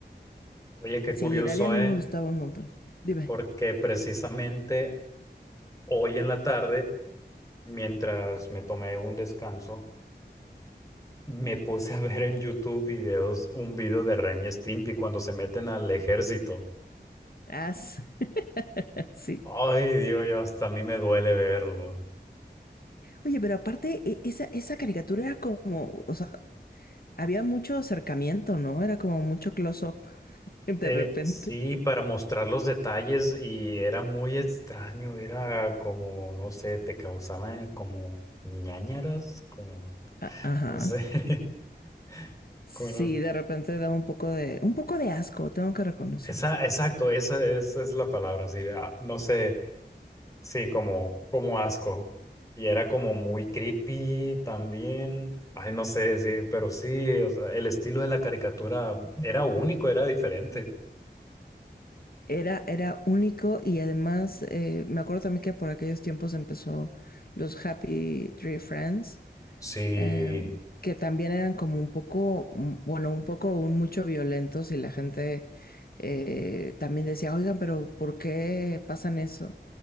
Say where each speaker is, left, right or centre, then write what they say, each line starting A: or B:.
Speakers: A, on the left; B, on the left.
A: Oye, qué curioso,
B: Sí, Daria a mí
A: ¿eh?
B: me gustaba un montón. Dime.
A: Porque precisamente hoy en la tarde, mientras me tomé un descanso, me puse a ver en YouTube videos, un video de Remy Stimpy cuando se meten al ejército.
B: Ah, sí. <laughs> Sí.
A: Ay, digo yo, hasta a mí me duele verlo.
B: Oye, pero aparte, e- esa, esa caricatura era como, o sea, Había mucho acercamiento, ¿no? Era como mucho close-up <laughs> de
A: Eh,
B: repente.
A: sí, para mostrar los detalles y era muy extraño, era como, no sé, te causaban como ñáñaras, como,
B: A- Ajá.
A: no sé, <laughs>
B: Sí,
A: como, no-
B: de repente daba un poco de, un poco de asco, tengo que reconocer.
A: esa, exacto, esa, esa es la palabra, sí, ah, no sé, sí, como, como asco. Y era como muy creepy también. Ay, no sé, sí, pero sí, o sea, el estilo de la caricatura era único, era diferente.
B: Era, era único y además eh, me acuerdo también que por aquellos tiempos empezó los Happy Tree Friends.
A: Sí,
B: em, que también eran como un poco, mm, bueno, un poco, un mucho violentos y la gente eh, también decía, oigan, pero ¿por qué pasan eso?